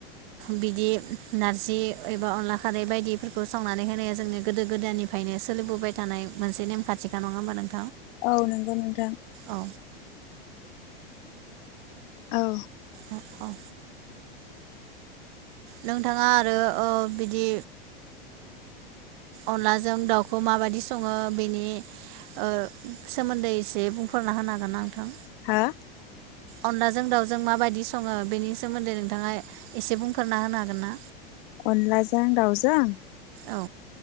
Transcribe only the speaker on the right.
बिदि नारजि एबा अनला खारै बायदि बेखौ सावनानै होनाया जोंनो गोदो गोदायनिफ्रायनो सोलिबोबाय थानाय मोनसे नेमखाान्थिखा नङा होनोमबा नोंथां
औ
अ औ नोंथाङा आरो बिदि अनलाजों दाउखौ माबायदि सङो बेनि ओ सोमोन्दै एसे बुंफोरना होनो हागोन ना नोंथां
अनलाजों दाउजों माबायदि सङो बेनि सोमोन्दै नों नोंथाङा एसे बुं फोरना होनो हागोन ना
औ